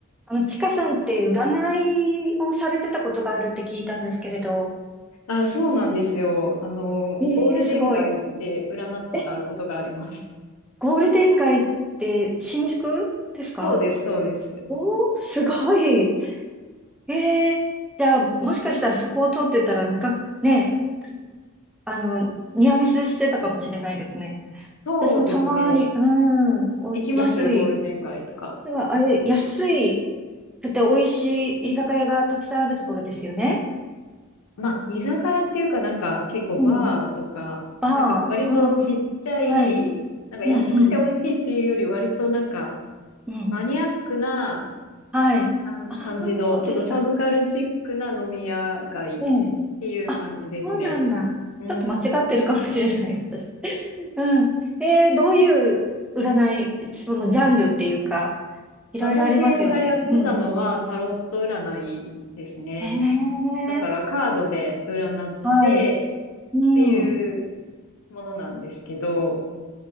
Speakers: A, in the centre; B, on the left.
A: あの、ちかさんって占いをされてたことがあるって聞いたんですけれど。
B: あ、そうなんですよ。あの、
A: ええすごい。
B: ゴールデン街で占ってたことがあります。
A: え、ゴールデン街って新宿ですか
B: <laughs> そうです、そうです。
A: おー、すごい。ええじゃあ、もしかしたらそこを通ってたら、みか、ね、あの、ニアミスしてたかもしれないですね。
B: そうですね。
A: 私もたまに、うん、おい、
B: 行きますゴールデン街とか。
A: 安い。だからあれ、安いくて美味しい居酒屋がたくさんあるところですよね。
B: まあ、居酒屋っていうかなんか結構バーとか、
A: うん。バー、
B: なんか割とちっちゃい、
A: ああ、はい。
B: なんか安くて美味しいっていうより割となんか
A: うん、うん、うん。
B: マニアックな
A: はい。
B: 感感じの、
A: ああ、そうでした。
B: ちょっとサブカルチックな飲み屋街っていう感じですね。
A: ええ。あ、そうなんだ。
B: うん。
A: ちょっと間違ってるかもしれない、私。<laughs> うん。えー、どういう占い、そのジャンルっていうか、いろいろありますよね。
B: 私がやってたのはタロット占いですね。
A: うん。ええ、
B: だからカードで占って
A: はい。う
B: っていう
A: ん。
B: ものなんですけど、